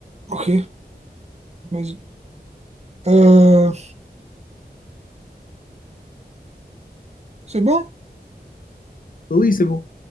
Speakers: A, on the right; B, on the left.
A: Ok, vas-y. Euh, c'est bon?
B: Oui, c'est bon.